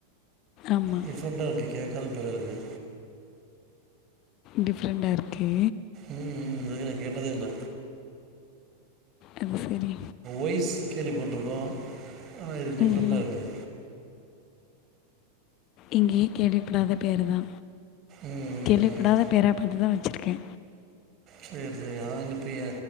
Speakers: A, on the left; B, on the right.
A: ஆமாம்
B: டிஃப்ரெண்ட்டாக இருக்கு கேட்காத பேரா இருக்கு
A: டிஃப்ரெண்ட்டா இருக்கே
B: ம் ம் அதுக்கு நா கேட்டதே இல்ல
A: அது சேரி
B: ஒய்ஸ் கேள்விப்பட்டுருக்கோ ஆனா இது டிஃப்ரெண்ட்டா
A: ம்
B: இருக்கு
A: எங்கயு கேள்விப்படாத பேருதா,
B: ம் ம்,
A: கேள்விப்படாதா
B: ம்.
A: பேரா பாத்துதா வச்சுருக்கே
B: சேரி சேரி ஆனா இந்த பெய